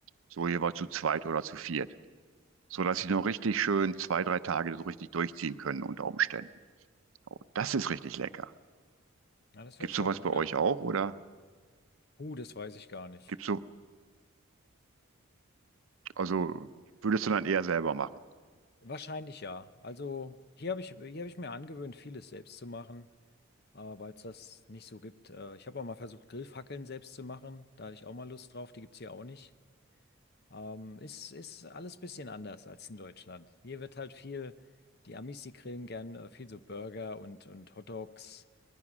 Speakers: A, on the right (about 70°); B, on the left (about 50°).
A: So jeweils zu zweit oder zu viert. So dass sie
B: ja.
A: noch richtig schön zwei, drei Tage so richtig durchziehen können unter Umständen. Oh, das ist richtig lecker.
B: Ja, das
A: Gibt's
B: hört sich
A: sowas
B: auch gut
A: bei euch
B: an.
A: auch oder
B: Uh, das weiß ich gar nicht.
A: gibt's so, also würdest du dann eher selber machen?
B: Wahrscheinlich ja. Also hier habe ich, hier habe ich mir angewöhnt, vieles selbst zu machen, äh, weil es das nicht so gibt. Äh, ich habe auch mal versucht, Grillfackeln selbst zu machen. Da hatte ich auch mal Lust drauf. Die gibt es hier auch nicht. Ähm, ist, ist alles ein bisschen anders als in Deutschland. Hier wird halt viel, die Amis, die grillen gern äh, viel so Burger und, und Hot Dogs.